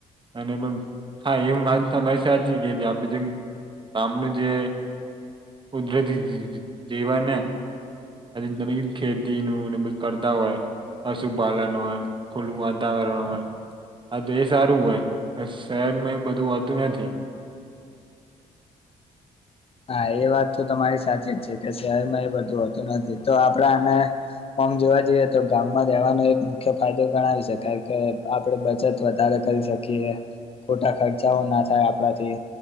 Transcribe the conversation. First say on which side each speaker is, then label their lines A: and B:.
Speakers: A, on the right; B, on the left.
A: અને <unintelligible> એમ વાત તમારી વાત સાચી કે આપડે જેમ ગામનું જે કુદરતી જીવાને આજ તમે કીધુને ખેતીનું બધું કરતા હોય પશુપાલન હોય ખુલ્લું વાતાવરણ હોય હા તે સારું હોય પણ શહેરમાં એ બધું હોતું નથી.
B: <inaudible> હા એ વાત તો તમારી સાચી જ છે કે શહેરમાં એ બધું હોતું નથી તો આપડા આને ઓમ જો જોવા જઈએ તો ગામમાં રહેવાનો એક મુખ્ય ફાયદો ગણાવી શકાય કે આપણે બચત વધારે કરી શકીએ એ, ખોટા ખર્ચાઓના થાય આપડાથી,